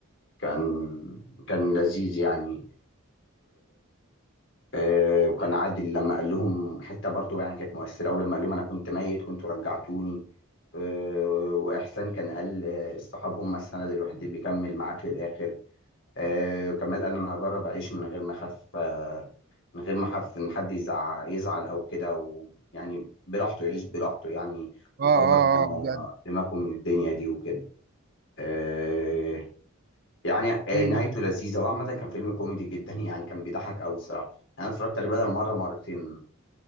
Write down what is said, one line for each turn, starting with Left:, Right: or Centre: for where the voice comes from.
Left: كان كان لذيذ يعني آه، وكان عادل لما قال لهم حته برضو يعني كانت مؤثره قوي لما قال لهم انا كنت ميت وانتوا رجعتوني آه، واحسان كان قال آه، الصحاب هم السند الوحيد اللي بيكمل معاك للاخر آه، وكمال قال انا هجرب اعيش من غير ما اخاف آه، من غير ما اخاف ان حد يزعل يزعل او كده ويعني براحته يعيش براحته يعني ويكبر
Right: اه اه
Left: ما
Right: اه بجد
Left: دماغه من الدنيا دي وكده آه، يعني آه،
Right: مم.
Left: نهايته لذيذة وعامة كان فيلم كوميدي جدا يعني كان بيضحك أوي الصراحة أنا اتفرجت عليه بدل مرة مرتين